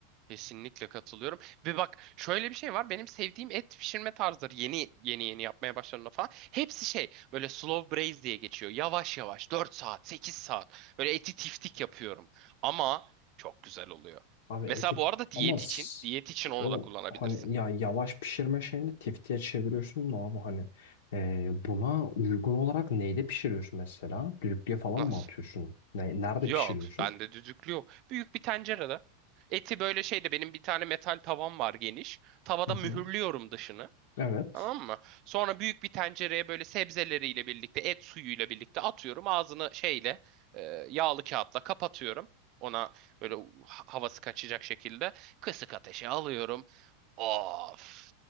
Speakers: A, on the right; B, on the left.
A: Kesinlikle katılıyorum. Ve bak şöyle bir şey var. Benim sevdiğim et pişirme tarzları yeni yeni yeni yapmaya başladığımda falan. Hepsi şey böyle slow braise diye geçiyor. Yavaş yavaş Dört saat 8 saat böyle eti tiftik yapıyorum. Ama çok güzel oluyor.
B: Abi eti
A: Mesela bu arada diyet
B: ama s-
A: için diyet için onu
B: o
A: da kullanabilirsin.
B: hani ya yavaş pişirme şeyini tiftiye çeviriyorsun da abi hani e, buna uygun olarak neyde pişiriyorsun mesela? Düdüklüye falan
A: Nasıl?
B: mı atıyorsun? Ne, nerede
A: Yok,
B: pişiriyorsun?
A: bende düdüklü yok. Büyük bir tencerede. Eti böyle şeyde benim bir tane metal tavam var geniş. Tavada
B: Hı
A: mühürlüyorum
B: hı.
A: dışını.
B: Evet.
A: Tamam mı? Sonra büyük bir tencereye böyle sebzeleriyle birlikte, et suyuyla birlikte atıyorum. Ağzını şeyle, e, yağlı kağıtla kapatıyorum. Ona böyle ha- havası kaçacak şekilde kısık ateşe alıyorum. Of!